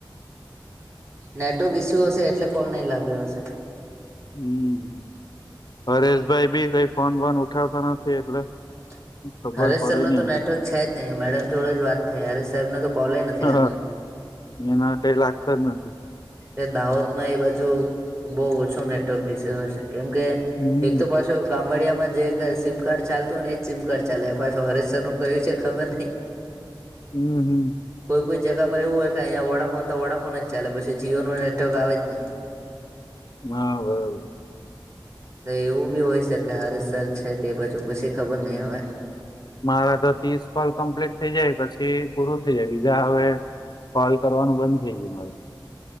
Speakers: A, on the right; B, on the left.
A: નેટવર્ક ઈસ્યુ હશે એટલે કોલ નહી લાગ્યો હશે
B: હમ હરેશભાઈ ભી કઈ ફોન વોન ઉઠાવતા નથી એટલે
A: <inaudible>
B: ખબર
A: હરેશ
B: પડે
A: સર નો
B: નઈ
A: તો નેટવર્ક છે, જ નહીં મેડમ જોડે જ વાત થઈ હરેશ સાહેબ નો તો કોલય નથી
B: હ
A: લાગતો
B: એના કઈ લાગતા જ નથી
A: એ દાહોદ માં એ બાજુ બો ઓછો નેટવર્ક વિષે હશે કેમ કે
B: હમ
A: એક તો પાછો ગામડિયામાં જે સિમ કાર્ડ ચાલતું હો ને જ સિમ કાર્ડ ચાલે પાછો હરેશ સર નું કયું છે, ખબર નહિ
B: હમ હમ.
A: કોઈ કોઈ જગા પર એવું હોય કે અહીંયા વડાફોન તો વડાફોન જ ચાલે પછી જીઓ નો નેટવર્ક આવે જ ની <inaudible>
B: બરાબર.
A: એવું બી હોય શકે હરે સર છે, તે બાજુ પછી ખબર નઈ હવે
B: મારા ત ત્રીસ કોલ કમ્પ્લીટ થઇ જાય પછી પૂરું થઈ જાય બીજા હવે કોલ કરવાનું બંધ થઈ ગયું મારુ